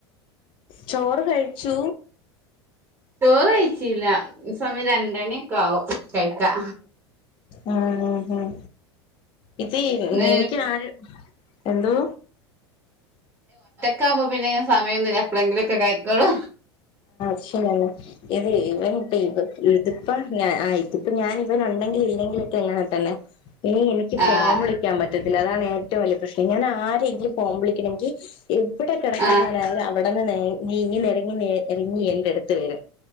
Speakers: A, on the left; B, on the right.
A: ചോറ് കഴിച്ചു
B: ചോറ് കഴിച്ചില്ല സമയം രണ്ട് മണിയൊക്കെ ആവും കഴിക്കാ
A: ഉം ഉം ഉം ഇത്
B: ഇന്ന്
A: എനിക്ക് ആര് എന്തോ
B: ക്കാവുമ്പോ പിന്നിങ്ങനെ സമയൊന്നുല്ല എപ്പോളെങ്കിലൊക്കെ കഴിക്കുള്ളു
A: <unintelligible> ഇത് ഇവൻ ഇപ്പ ഇത് ഇതിപ്പം ഞാൻ ആ ഇപ്പൊ ഞാൻ ഇവൻ ഉണ്ടെങ്കിലും ഇല്ലെങ്കിലൊക്കെ ഇങ്ങനെ തന്നെ ഇനി എനിക്ക് ഫോൺ
B: ആഹ്
A: വിളിക്കാൻ പറ്റ ത്തില്ല അതാണ് ഏറ്റവും വലിയ പ്രശ്നം ഞാൻ ആരെങ്കിലും ഫോൺ വിളിക്കണെങ്കിൽ എവ്ടാ കെടക്കാണവൻ
B: ആഹ്
A: അത് അവിടാ ടന്ന് നെ നീങ്ങി നേരങ്ങി നേരങ്ങി എന്റെടുത്ത് വരും